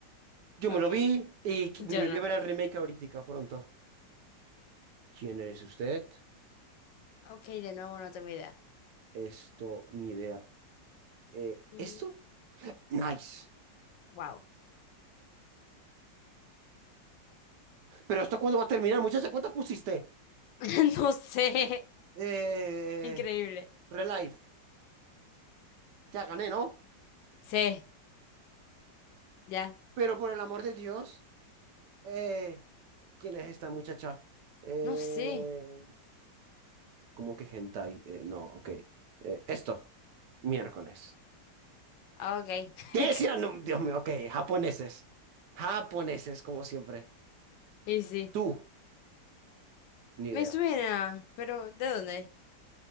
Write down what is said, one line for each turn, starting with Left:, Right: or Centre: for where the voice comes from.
Right: Yo
Left: Ok,
Right: me lo vi y qui-
Left: yo
Right: me
Left: no.
Right: voy a ver el remake ahorita, pronto. ¿Quién eres usted?
Left: Ok, de nuevo no tengo idea.
Right: Esto, ni idea. Eh,
Left: Mm,
Right: ¿esto? Nice.
Left: Wow,
Right: Pero ¿esto cuándo va a terminar, muchacha? ¿Cuántas pusiste?
Left: <laughs> no sé,
Right: Eh,
Left: increíble.
Right: Relife. Ya gané, ¿no?
Left: Sí, ya,
Right: Pero por el amor de Dios, eh, ¿quién es esta muchacha? Eh,
Left: no sé.
Right: ¿cómo que hentai? Eh, no, ok. Eh, esto, miércoles.
Left: Ah, ok,
Right: ¿Qué
Left: <laughs>
Right: decir? Dios mío, ok, japoneses. Japoneses, como siempre.
Left: y sí,
Right: Tú. Ni
Left: me
Right: idea.
Left: suena, pero ¿de dónde?